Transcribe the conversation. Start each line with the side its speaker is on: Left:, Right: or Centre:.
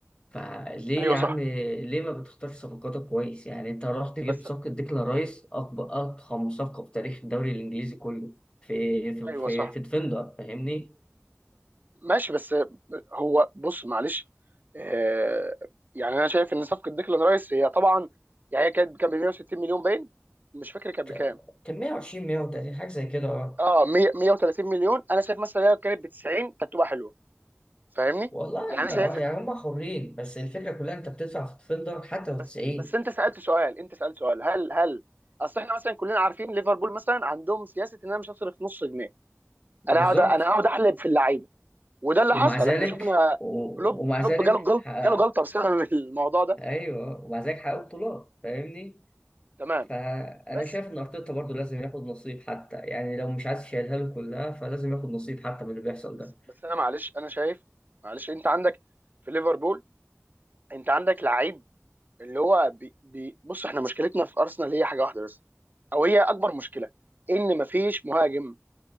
Left: فليه
Right: ايوه
Left: يا
Right: صح
Left: عم ليه ما بتختارش صفقاتك كويس يعني انت رحت جبت
Right: بس
Left: صفقة ديكلان رايس اكبر اضخم صفقة في تاريخ الدوري الانجليزي كله في في
Right: ايوه
Left: في,
Right: صح
Left: في ديفندر فاهمني
Right: ماشي بس هو بص معلش آه يعني انا شايف ان صفقه ديكلان رايس هي طبعا يعني هي كانت كان ب 160 مليون باين مش فاكر كانت
Left: ك-
Right: بكام
Left: كان 120 130 حاجة زي كده اه
Right: اه 100 130 مليون انا شايف مثلا لو كانت ب 90 كانت تبقى حلوه فاهمني
Left: والله
Right: يعني
Left: احنا
Right: شايف
Left: اه يعني هم حرين بس الفكرة كلها انت بتدفع في ديفندر حتى لو
Right: بس
Left: 90
Right: بس انت سالت سؤال انت سالت سؤال هل هل اصل احنا مثلا كلنا عارفين ليفربول مثلا عندهم سياسه ان انا مش هصرف نص جنيه انا
Left: بالظبط
Right: هقعد انا هقعد احلب في اللعيبه وده اللي
Left: ومع
Right: حصل
Left: ذلك
Right: احنا شفنا
Left: و-
Right: كلوب
Left: ومع
Right: كلوب
Left: ذلك
Right: جاله جلط
Left: حقق
Right: جاله جلطه بسبب <laughs> الموضوع ده
Left: ايوه ومع ذلك حققوا بطولات فاهمني
Right: تمام
Left: فانا
Right: بس
Left: شايف ان ارتيتا برضه لازم ياخد نصيب حتى يعني لو مش عايز يشيلها له كلها فلازم ياخد نصيب حتى من اللي بيحصل
Right: بس
Left: ده
Right: بس انا معلش انا شايف معلش انت عندك في ليفربول انت عندك لعيب اللي هو بي بي بص احنا مشكلتنا في ارسنال هي حاجه واحده بس او هي اكبر مشكله ان مفيش مهاجم